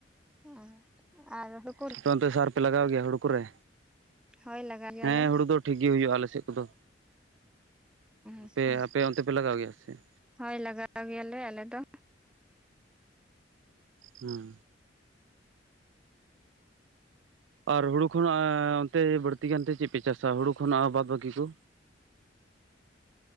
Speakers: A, in the centre; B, on the right.
A: ᱦᱩᱸ ᱟᱨ <unintelligible>
B: <unintelligible> ᱚᱱᱛᱮ ᱥᱟᱨ ᱯᱮ ᱞᱟᱜᱟᱣ ᱜᱮᱭᱟ ᱦᱩᱲᱩ ᱠᱚᱨᱮ?
A: ᱦᱳᱭ ᱞᱟᱜᱟᱣ ᱜᱮᱭᱟᱞᱮ
B: ᱦᱮᱸ ᱦᱩᱲᱩ ᱫᱚ ᱴᱷᱤᱠ ᱜᱮ ᱦᱩᱭᱩᱜᱼᱟ ᱟᱞᱮ ᱥᱮᱫ ᱠᱚᱫᱚ ᱟᱯᱮ
A: ᱟᱪᱪᱷᱟ
B: ᱟᱯᱮ ᱚᱱᱛᱮ ᱯᱮ ᱞᱟᱜᱟᱣ ᱜᱮᱭᱟ ᱥᱮ ᱪᱮᱫ?
A: ᱦᱳᱭ ᱞᱟᱜᱟᱣ ᱜᱮᱭᱟᱞᱮ ᱟᱞᱮ ᱫᱚ
B: ᱦᱩᱸ ᱟᱨ ᱦᱩᱲᱩ ᱠᱷᱚᱱᱟᱜ ᱮᱸ ᱚᱱᱛᱮ ᱵᱟᱹᱲᱛᱤ ᱜᱟᱱᱛᱮ ᱪᱮᱫᱯᱮ ᱪᱟᱥᱟ ᱦᱩᱲᱩ ᱠᱷᱚᱱᱟᱜ ᱵᱟᱫᱽ ᱵᱟᱹᱠᱤ ᱠᱚ?